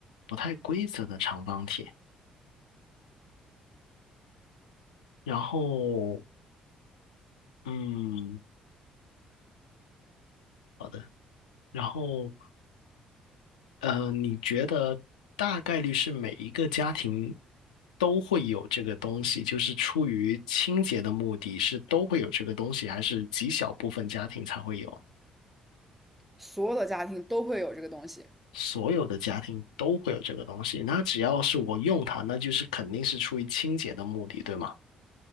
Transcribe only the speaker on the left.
不太规则的长方体。然后，嗯，好的。然后。呃，你觉得大概率是每一个家庭都会有这个东西，就是出于清洁的目的，是都会有这个东西，还是极小部分家庭才会有？
所有的家庭都会有这个东西，那只要是我用它，那就是肯定是出于清洁的目的，对吗？